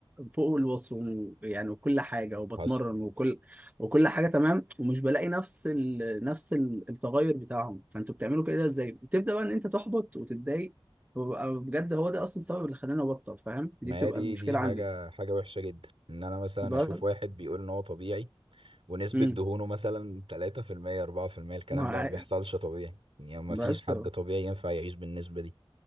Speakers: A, on the right (about 15°); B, on the right (about 70°).
A: فوق الوصف وم- يعني وكل حاجة وبتمرن
B: حصل
A: وكل وكل حاجة تمام ومش بلاقي نفس ال... نفس ال- التغير بتاعهم فانتوا بتعملوا كده ازاي؟ بتبدأ بقى ان انت تحبط وتتضايق وببقى بجد هو ده اصلا السبب اللي خلاني ابطل فاهم؟
B: ما
A: دي بتبقى
B: هي دي
A: المشكلة
B: دي حاجة
A: عندي
B: حاجة وحشة جدا ان انا مثلا
A: بس
B: اشوف واحد بيقول ان هو طبيعي ونسبة
A: امم
B: دهونه مثلا 3% 4% الكلام
A: مع
B: ده ما بيحصلش طبيعي يعني ما فيش
A: بس
B: حد طبيعي ينفع يعيش بالنسبة دي